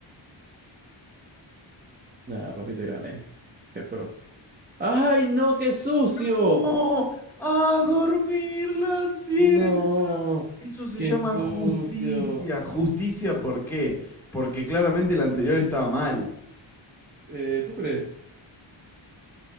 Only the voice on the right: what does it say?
Nada, papi, te gané. Qué pro. ¡Ay, no, qué sucio!
No,
qué
sucio.
Eh, ¿tú crees?